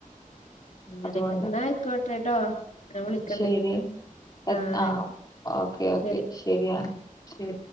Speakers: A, on the left; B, on the left.
A: അങ്ങനെക്കേ
B: അതുകൊണ്ട്
A: എന്നാ ആയ്ക്കോട്ടെ ട്ടോ ഞാൻ വിളിക്കണ്ട്
B: ശരി എ
A: ആ
B: ആഹ്
A: ആയിക്കോട്ടെ
B: ഓക്കെ ഓക്കെ
A: ശരി
B: ശരിയാണ് ശരി